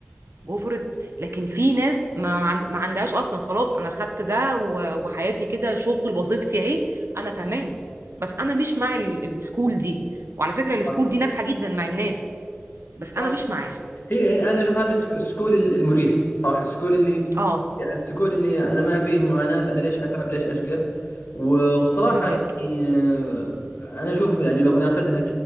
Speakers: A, on the right; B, on the left.
A: وفرت لكن في ناس ما عند... ما عندهاش اصلا خلاص انا خدت ده و... وحياتي كده شغل وظيفتي اهي انا تمام بس انا مش مع ال... السكول دي وعلى فكره السكول
B: صح
A: دي ناجحه جدا مع الناس بس
B: صح
A: انا مش معاها
B: هي, هي انا اشوف هذا السك- السكول المريح صراحه السكول اللي
A: اه
B: السكول اللي انا ما فيه معاناة انا ليش اتعب ليش اشقى و- وصراحة
A: بالظبط
B: يعني آه، انا اشوف يعني لو بناخذها